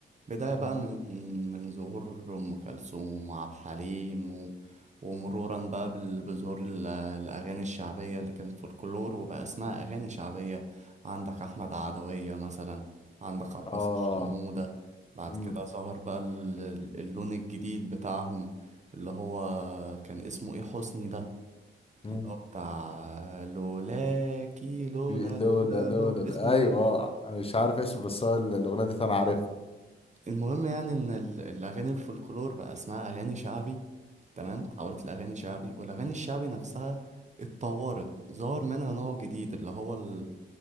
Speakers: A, on the right; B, on the left.
A: بداية
B: مم.
A: بقى من من ظهور أم كلثوم وعبد الحليم و... ومرورا بقى بال- بظهور ال- الأغاني الشعبية اللي كانت فولكلور وبقى اسمها أغاني شعبية عندك أحمد عدوية مثلا عندك عباس
B: اه
A: حمودة بعد
B: مم.
A: كده ظهر بقى ال- اللون الجديد بتاعهم اللي هو كان اسمه إيه حسني ده
B: مم.
A: اللي هو بتاع لولاكي لولا
B: لولا
A: لولا
B: لولا
A: لولا اسمه
B: ايوه
A: ايه
B: اه مش عارف اسمه بس هو الاغنيه دي انا عارفها
A: المهم يعني ان ال- الاغاني الفولكلور بقى اسمها اغاني شعبي تمام اتحولت لاغاني شعبي والاغاني الشعبي نفسها اتطورت ظهر منها نوع جديد اللي هو ال-